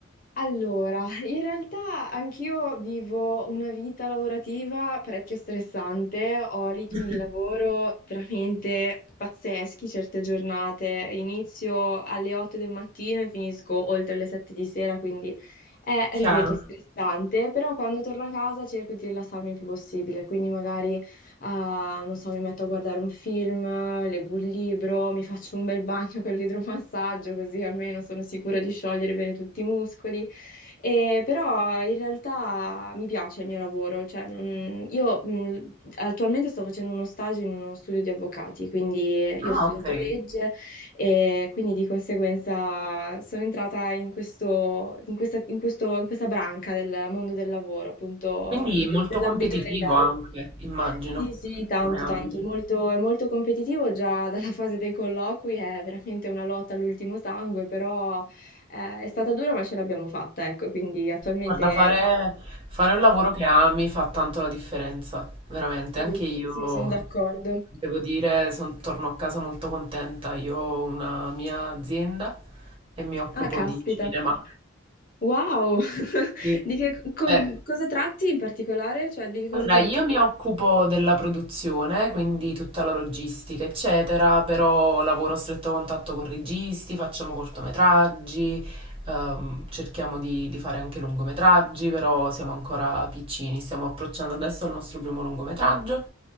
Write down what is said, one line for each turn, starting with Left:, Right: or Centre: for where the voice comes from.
Left: Allora, in realtà anch'io vivo una vita lavorativa parecchio stressante, ho ritmi
Right: <laughs>
Left: di lavoro veramente pazzeschi certe giornate, inizio alle 8 del mattino e finisco oltre le 7 di sera, quindi è, ripeto,
Right: Chiaro.
Left: stressante, però quando torno a casa cerco di rilassarmi il più possibile, quindi magari, ah, non so, mi metto a guardare un film, leggo un libro, mi faccio un bel bagno con l'idromassaggio, così almeno sono sicura di sciogliere bene tutti i muscoli. E però in realtà mi piace il mio lavoro, cioè, non- io mh, attualmente sto facendo uno stage in uno studio di avvocati, quindi io
Right: Ah,
Left: ho studiato
Right: ok.
Left: legge e quindi di conseguenza sono entrata in questo, in questa, in questo- in questa branca del mondo del lavoro, appunto
Right: Quindi
Left: nel-
Right: molto
Left: nell'ambito
Right: competitivo
Left: legale.
Right: anche, immagino,
Left: Sì, sì, tanto,
Right: come ambito.
Left: tanto, è molto, è molto competitivo già <laughs> dalla fase dei colloqui, è veramente una lotta all'ultimo sangue, però eh, è stata dura ma ce l'abbiamo fatta, ecco, quindi attualmente...
Right: Guarda, fare, fare un lavoro che ami fa tanto la differenza, veramente.
Left: Sì,
Right: Anche io,
Left: sì, sono d'accordo.
Right: devo dire, son- torno a casa molto contenta. Io ho una mia azienda e mi occupo
Left: Ah, caspita.
Right: di cinema.
Left: Wow! <laughs>
Right: Sì.
Left: Di che com-
Right: Eh,
Left: cosa tratti in particolare? Cioè, di che cosa
Right: Allora,
Left: ti occupi?
Right: io mi occupo della produzione, quindi tutta la logistica, eccetera, però lavoro a stretto contatto con registi, facciamo cortometraggi, ehm, cerchiamo di, di fare anche lungometraggi, però siamo ancora piccini, stiamo approcciando adesso al nostro primo lungometraggio